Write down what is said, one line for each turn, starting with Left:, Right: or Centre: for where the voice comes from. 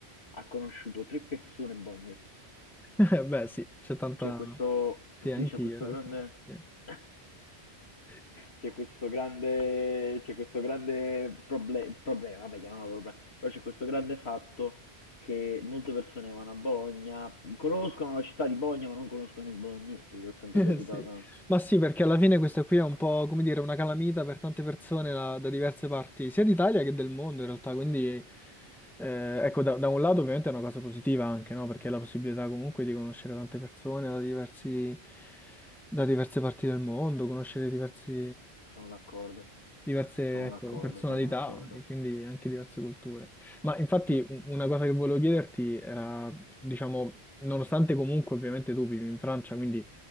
Left: ha conosciuto tre persone bolognesi.
Centre: <laughs> Beh, sì, c'è tanta...
Left: C'è questo,
Centre: Sì, anch'io
Left: sì, c'è questo
Centre: in realtà.
Left: grande,
Centre: sì.
Left: <laughs>
Centre: <laughs>
Left: c'è questo grande, c'è questo grande proble- problema, vabbè, chiamiamolo problema, però c'è questo grande fatto che molte persone vanno a Bologna, conoscono la città di Bologna ma non conoscono i bolognesi, l'ho sempre
Centre: Eh,
Left: reputata,
Centre: Sì. Ma sì, perché alla fine questa qui è un po', come dire, una calamita per tante persone da, da diverse parti, sia d'Italia che del mondo in realtà, quindi eh, ecco, da, da un lato ovviamente è una cosa positiva anche, no? Perché è la possibilità comunque di conoscere tante persone da diversi, da diverse parti del mondo, conoscere diversi...
Left: sono d'accordo,
Centre: diverse,
Left: sono
Centre: ecco,
Left: d'accordo,
Centre: personalità
Left: sono d'accordo.
Centre: e quindi anche diverse culture. Ma infatti
Left: Ma,
Centre: u- una cosa che volevo chiederti era, diciamo, nonostante comunque ovviamente tu vivi in Francia, quindi